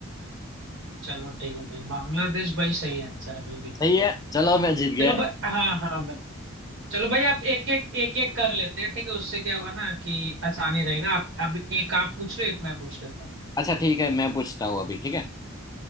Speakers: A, on the right (about 65°); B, on the left (about 15°).
A: चलो ठीक है भाई बांग्लादेश भाई सही आंसर है भाई बिल्कुल
B: सही है चलो मैं जीत गया
A: चलो भाई हाँ हाँ भाई चलो भाई आप एक एक एक एक कर लेते हैं ठीक है उससे क्या होगा ना कि आसानी रहेगा आप अब एक आप पूछ रहे हो एक मैं पूछ लेता हूँ
B: अच्छा ठीक है मैं पूछता हूँ अभी ठीक है